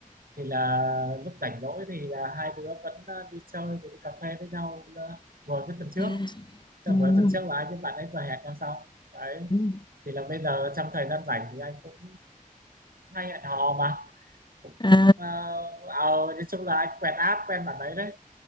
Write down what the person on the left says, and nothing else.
à,
ừm,
ừm.
à